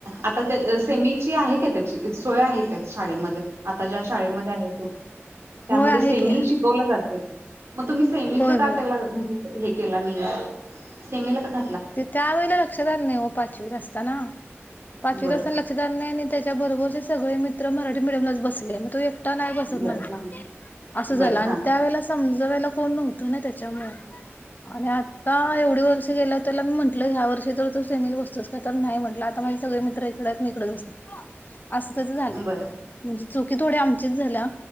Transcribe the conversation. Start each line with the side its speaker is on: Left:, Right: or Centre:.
Right: आता ते सेमीची आहे काय त्याची सोया आहे काय शाळेमध्ये? आता ज्या शाळेमध्ये आहे तो त्यामध्ये
Left: होय आहे
Right: सेमी
Left: की
Right: शिकवल जातय का? म तुम्ही सेमीचा
Left: होय
Right: का
Left: होय
Right: त्याला म्हणजे हे केला मी सेमीला कसं
Left: ते त्यावेेळेला लक्षात आलं नाही हो पाचवीत असताना. पाचवीत
Right: बरं
Left: असताना लक्षातात नाही आणि त्याचा त्याच्याबरोबरचे सगळे मित्र मराठी मिडियमलाच बसले मग तो एक टा नाही बसत
Right: बरं
Left: म्हंटला असं झाला
Right: बरं
Left: आणि
Right: हा
Left: त्या वेळेला समज जवळयाला कोण नव्हतो ना त्याच्यामुळे आणि आता एवढे वर्ष गेल्यात त्याला मी म्हटलं ह्या वर्षी तर तो सेमीला बसतोस का तर नाही म्हटलं आता माझे सगळे मित्र इकडे आहेत मी इकडेच बसणार. असं तसं झालय
Right: बर
Left: म्हणजे चुकी थोडी आमचीच झाल्या